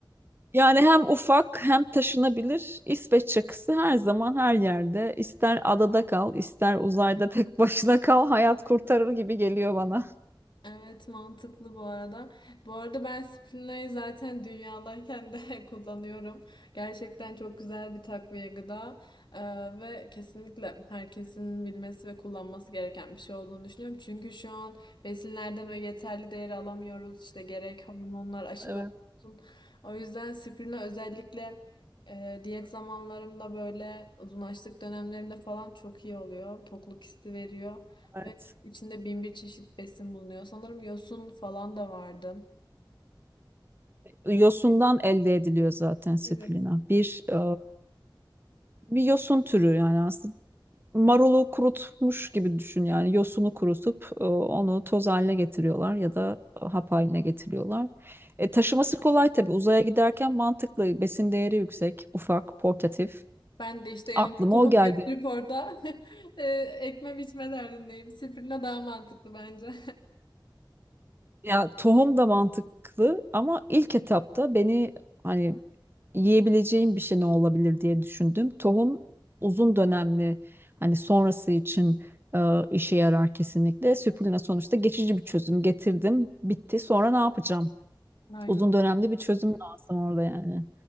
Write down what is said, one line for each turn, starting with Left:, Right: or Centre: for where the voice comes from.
Right: yani hem ufak hem taşınabilir İsveç çakısı her zaman her yerde. İster adada kal, ister uzayda tek <laughs> başına kal, hayat kurtarır gibi geliyor bana.
Left: Evet mantıklı bu arada. Bu arada ben Sprina'yı zaten dünyadayken de <laughs> kullanıyorum. Gerçekten çok güzel bir takviye gıda Ee, ve kesinlikle herkesin bilmesi ve kullanması gereken bir şey olduğunu düşünüyorum. Çünkü şu an besinlerden o yeterli değeri alamıyoruz. İşte gerek hormonlar, aşılar
Right: Evet,
Left: olsun. O yüzden Sprina özellikle e, diyet zamanlarımda böyle uzun açlık dönemlerimde falan çok iyi oluyor. Tokluk hissi veriyor.
Right: evet.
Left: İçinde bin bir çeşit besin bulunuyor. Sanırım yosun falan da vardı.
Right: Yosundan elde ediliyor zaten spirulina.
Left: Evet.
Right: Bir e, bir yosun türü yani aslında marulu kurutmuş gibi düşün yani yosunu kurutup e, onu toz haline getiriyorlar ya da e, hap haline getiriyorlar. E, taşıması kolay tabii uzaya giderken mantıklı besin değeri yüksek ufak portatif
Left: Ben de işte yanımda
Right: aklıma
Left: tohum
Right: o geldi
Left: götürüp orada <laughs> e, ekme biçme derdindeyim. Spirulina daha mantıklı bence.
Right: Ya tohum da mantıklı ama ilk etapta beni hani yiyebileceğim bir şey ne olabilir diye düşündüm. Tohum uzun dönemli hani sonrası için e, işe yarar kesinlikle. Süpürüne sonuçta geçici bir çözüm getirdim. Bitti. Sonra ne yapacağım?
Left: <laughs> Aynen.
Right: Uzun dönemli bir çözüm lazım orada yani.